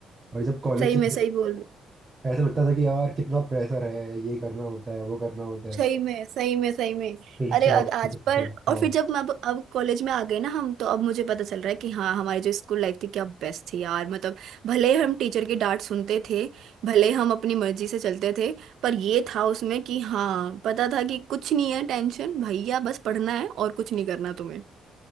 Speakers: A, on the right; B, on the right.
A: और जब कॉलेज
B: सही में सही बोल
A: ऐसा लगता था कि यार कितना प्रेशर है ये करना होता है वो करना होता है
B: सही में सही में सही में
A: फिर
B: अरे
A: जॉब
B: आज आज
A: की टेंशन
B: पर और
A: हाँ
B: फिर जब मैं अब अब कॉलेज में आ गए ना हम तो अब मुझे पता चल रहा है कि हाँ हमारी जो स्कूल लाइफ थी क्या बेस्ट थी यार मतलब भले हम टीचर की डांट सुनते थे भले हम अपनी मर्जी से चलते थे पर ये था उसमें कि हाँ पता था कि कुछ नहीं है टेंशन भैया बस पढ़ना है और कुछ नहीं करना तुम्हें